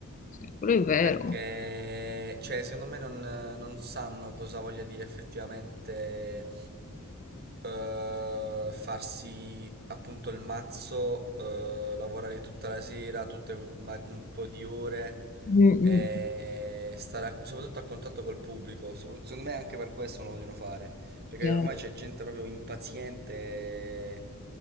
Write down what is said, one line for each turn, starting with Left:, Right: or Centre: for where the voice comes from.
Left: sì, quello è vero.
Right: Perché, cioè, secondo me non, non sanno cosa voglia dire effettivamente eh, farsi appunto il mazzo, eh, lavorare tutta la sera, tutte ma- un po' di ore
Left: Mm,
Right: e
Left: mm,
Right: stare a- soprattutto a contatto col pubblico. So- Secondo me anche per questo non lo vogliono fare, perché
Left: sì.
Right: ormai c'è gente proprio impaziente.